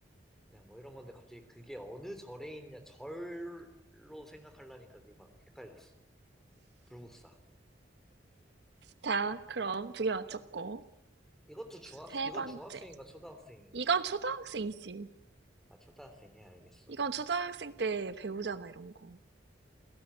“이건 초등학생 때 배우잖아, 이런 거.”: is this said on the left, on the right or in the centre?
Right